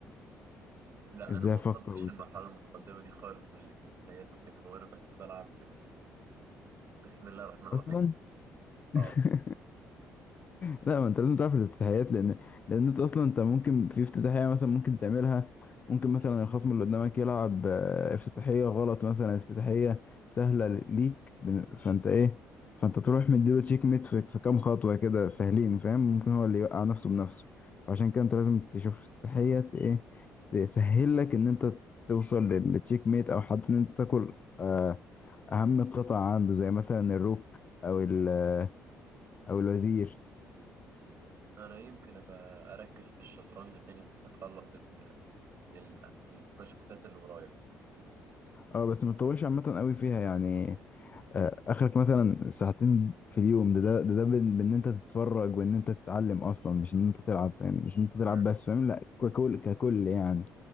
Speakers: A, on the right (about 45°); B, on the left (about 25°).
A: لا
B: ازاي
A: انا ما
B: افكر
A: وصلتش
B: وكده
A: للمرحله المتقدمه دي خالص من الافتتاحيات وكده هو انا بس بلعب بال- بسم الله الرحمن الرحيم
B: اصلا <laughs>
A: اه
B: لا ما انت لازم تعرف الافتتاحيات لان لان انت اصلا انت ممكن في افتتاحيه مثلا ممكن تعملها ممكن مثلا الخصم اللي قدامك يلعب آه، افتتاحيه غلط مثلا افتتاحيه سهله ليك بن- فانت ايه فانت تروح مديله تشيك ميت في, في كام خطوه كده سهلين فاهم ممكن هو اللي يوقع نفسه بنفسه فعشان كده انت لازم تشوف افتتاحيه ت- ايه تسهل لك ان انت توصل لل- للتشيك ميت او حتى ان انت تاكل آه، اهم قطع عنده زي مثلا الروك او ال- آه، او الوزير
A: انا يمكن ابقى اركز في الشطرنج تاني بس اخلص ال- البروجكتات اللي ورايا
B: اه بس ما تطولش عامة قوي فيها يعني آه، اخرك مثلا ساعتين في اليوم ده ده ده, ده بان بإن انت تتفرج وان انت تتعلم اصلا مش ان انت تلعب فاهم مش ان انت تلعب
A: مم.
B: بس فاهم لا ككل ككل يعني